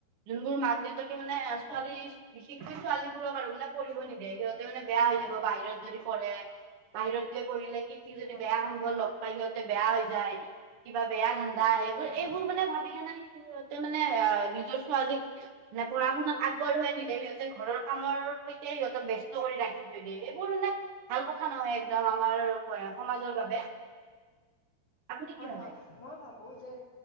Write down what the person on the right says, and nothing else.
যোনবোৰ মাক দেউতাকে মানে
ছোৱালী,
বিশেষকৈ ছোৱালীবোৰক আৰু মানে পঢ়িব নিদিয়ে, সিহঁত মানে বেয়া হৈ
যাব, বাহিৰত যদি পঢ়ে, বাহিৰত যাই কৰিলে কি ঠিক যদি
বেয়া
হৈ গ'ল। লগ পাই সিহঁতে বেয়া হৈ যায়, কিবা বেয়া ধান্দা আহে, এইবোৰ
এইবোৰ মানে ভাবি কিনি সিহত, মানে অ' নিজৰ ছোৱালীক মানে পঢ়া শুনাত আগ, বৰুৱাই নিদিয়ে, সিহঁতে ঘৰৰ কামৰ সৈতে সিহঁতক ব্যস্ত কৰি ৰাখি থৈ দিয়ে, এইবোৰ মানে, ভাল কথা নহয়, একদম আমাৰ সমাজৰ বাবে। আপুনি
কি ভাবে